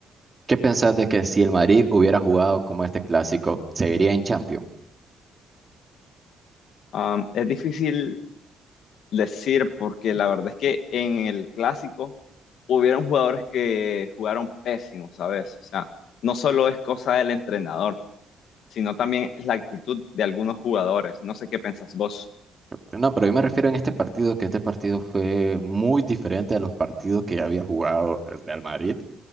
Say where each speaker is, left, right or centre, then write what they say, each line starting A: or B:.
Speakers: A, on the right (about 25°); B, on the left (about 75°).
A: ¿Qué pensás de que si el Madrid hubiera jugado como este clásico, seguiría en Champions?
B: Am, es difícil decir porque la verdad es que en el clásico hubieron jugadores que jugaron pésimos, ¿sabes? O sea, no solo es cosa del entrenador, sino también es la actitud de algunos jugadores. No sé qué pensás vos.
A: No, pero yo me refiero en este partido, que este partido fue muy diferente a los partidos que ya había jugado el Real Madrid.